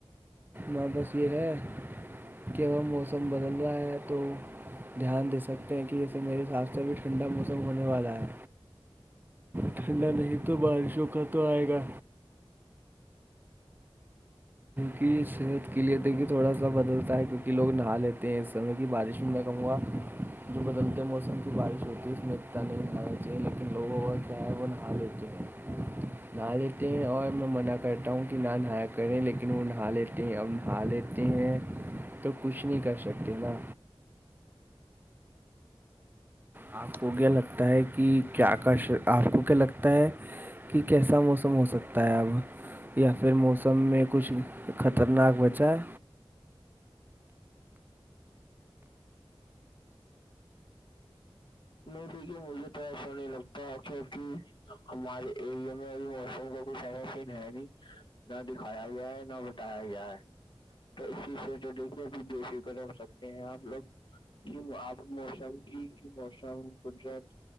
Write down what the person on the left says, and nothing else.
نہیں دیکھیے مجھے تو ایسا نہیں لگتا کیونکہ ہمارے ایرییا میں اب موسم کا کچھ ایین ہے نہیں نہ دکھایا گیا ہے نہ بٹایا گیا ہے تو اسی سیٹرڈے کو بھی بی ہو سکتے ہیں آ لوگ کہ آپ موسم کی کی موسم قدرت